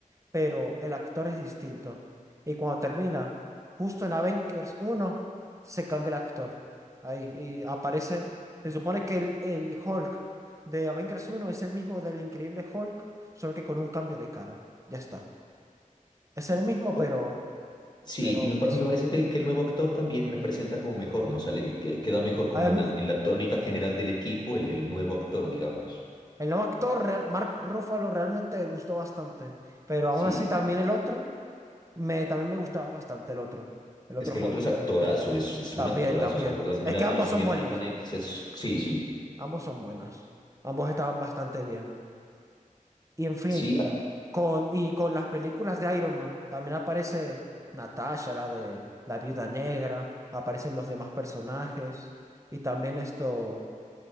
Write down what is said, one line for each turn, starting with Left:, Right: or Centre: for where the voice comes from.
Right: pero el actor es distinto. Y cuando termina, justo en Avengers uno se cambia el actor. Ahí, y aparece, se supone que el, el Hulk de Avengers uno es el mismo del Increíble Hulk, solo que con un cambio de cara. Ya está. Es el mismo,
Left: O-
Right: pero
Left: Sí,
Right: pero
Left: y me, pa-
Right: eso.
Left: me parece pe- que el nuevo actor también representa como mejor, ¿no? O sea, le que- queda mejor como
Right: A
Left: en,
Right: mí,
Left: al- en la tónica general del equipo el, el nuevo actor, digamos.
Right: el nuevo actor, Re- Mark Ruffalo, realmente me gustó bastante, pero aún
Left: Sí,
Right: así también el otro, me, también me gustaba bastante el otro, el otro
Left: es que el
Right: Hulk.
Left: otro es actorazo, es, es
Right: También,
Left: un actorazo,
Right: también.
Left: o sea, vos lo has mirado
Right: Es que ambos
Left: en Historia
Right: son buenos,
Left: Americana X, es... Sí, sí,
Right: ambos son buenos, ambos estaban bastante bien. Y en fin,
Left: sí, ah,
Right: con, y con las películas de Iron Man, también aparece Natasha, la de la Viuda Negra, aparecen los demás personajes, y también esto...